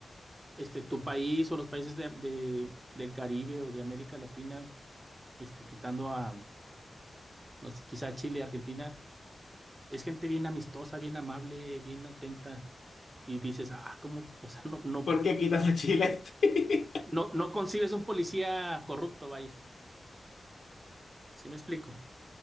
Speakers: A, on the right (about 25°); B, on the left (about 75°).
A: este, tu país o los países de, de- del Caribe o de América Latina, este, quitando a, no sé, quizá Chile, Argentina, es gente bien amistosa, bien amable, bien atenta. Y dices, ah, ¿cómo? O sea, no, no,
B: ¿Por qué quitas a Chile? <laughs>
A: no, no concibes un policía corrupto, vaya. ¿Sí me explico?